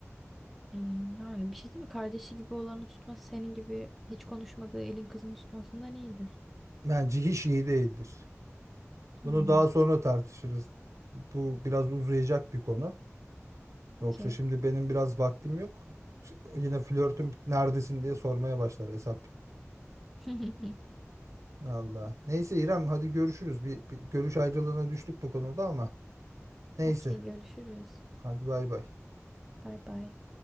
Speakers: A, in the centre; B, on the right.
A: Hmm, Yani bir şey değil mi? Kardeşi gibi olanı tutması senin gibi hiç konuşmadığı elin kızını tutmasından iyidir.
B: Bence hiç iyi değildir.
A: Hmm,
B: Bunu daha sonra tartışırız. Bu biraz uzayacak bir konu. Yoksa
A: okey.
B: şimdi benim biraz vaktim yok. Ş- Yine flörtüm neredesin diye sormaya başlar hesap.
A: <laughs>
B: Allah. Neyse İrem hadi görüşürüz. Bir, bir görüş ayrılığına düştük bu konuda ama. Neyse.
A: Okey görüşürüz.
B: Hadi bay bay.
A: Bay bay.